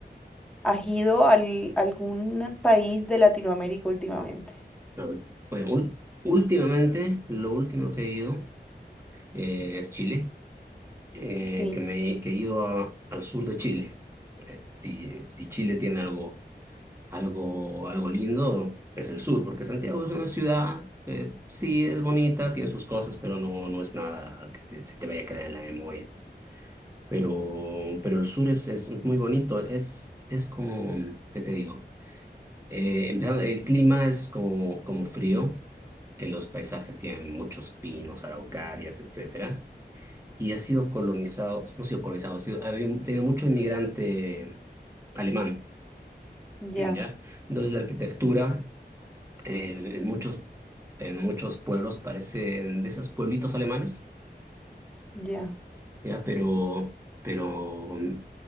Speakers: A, in the centre; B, on the right.
A: has ido al- a algún país de Latinoamérica últimamente.
B: A ver, Pues ul- últimamente, lo último que he ido eh, es Chile, eh,
A: Sí,
B: que me que he ido a- al sur de Chile. Eh, si, si Chile tiene algo, algo, algo lindo, es el sur, porque Santiago es una ciudad, que sí, es bonita, tiene sus cosas, pero no, no es nada que te- se te vaya a quedar en la memoria. Pero, pero el sur es, es muy bonito, es, es como, ¿qué te digo? Eh, empezando, el clima es como, como frío, eh, los paisajes tienen muchos pinos, araucarias, etcétera, y ha sido colonizado, no ha sido colonizado, ha sido, ha habido- tenido mucho inmigrante alemán,
A: ya,
B: mm, ¿ya? Entonces la arquitectura eh, en muchos, en muchos pueblos parecen de esos pueblitos alemanes,
A: ya.
B: ¿ya? Pero, pero mm,